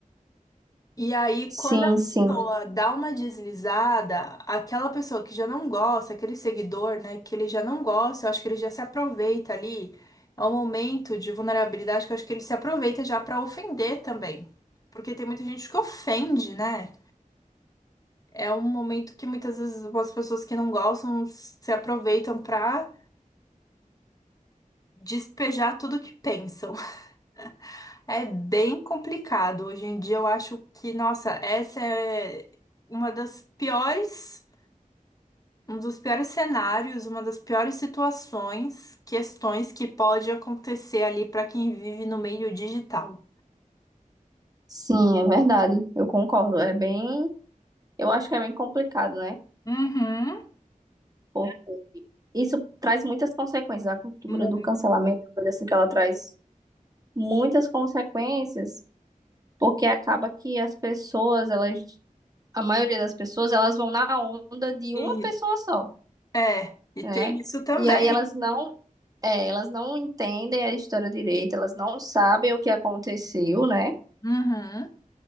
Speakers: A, on the left (about 25°); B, on the right (about 25°).
A: E aí, quando
B: Sim,
A: a
B: sim,
A: pessoa dá uma deslizada, aquela pessoa que já não gosta, aquele seguidor, né, que ele já não gosta, eu acho que ele já se aproveita ali. É um momento de vulnerabilidade que eu acho que ele se aproveita já pra ofender também. Porque tem muita gente que ofende, né? É um momento que muitas vezes as pessoas que não gostam se aproveitam pra despejar tudo que pensam. <laughs> É bem complicado. Hoje em dia eu acho que, nossa, essa é uma das piores Um dos piores cenários, uma das piores situações, questões que pode acontecer ali para quem vive no meio digital.
B: sim, é verdade. Eu concordo. É bem, eu acho que é bem complicado, né?
A: Uhum.
B: Pô, isso traz muitas consequências. A cultura
A: Mu-
B: do cancelamento, coisa assim que ela traz muitas consequências, porque acaba que as pessoas, elas, a maioria das pessoas, elas vão na onda de
A: E,
B: uma pessoa só,
A: é, e
B: né?
A: tem isso também.
B: E aí elas não É, elas não entendem a história direito, elas não sabem o que aconteceu, né?
A: Uhum.